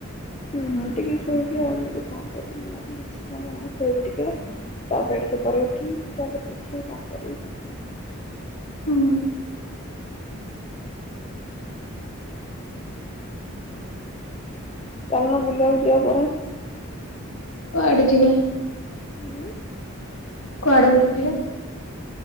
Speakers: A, on the left (about 25°); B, on the left (about 70°).
A: ହଁ ମୁଁ ଟିକେ ସେଇ <unintelligible> କଣ କରିବି ଭାବିନି କିଛି। ଆଉ କଣ ଶୋଇବି ଟିକେ ତାପରେ ସେ ତାର ଉଠୁନି। ତାପରେ ଦେଖିବା କଣ କରିବି କଣ ନାଇ ।
B: ହୁଁ।
A: ଚାଲୁନ ବୁଲିବାକୁୁ ଯିବା କୁଆଡେ।
B: କୁଆଡେ ଯିବେ?
A: ହୁଁ।
B: କୁଆଡେ ବୁଲି ଯିବା?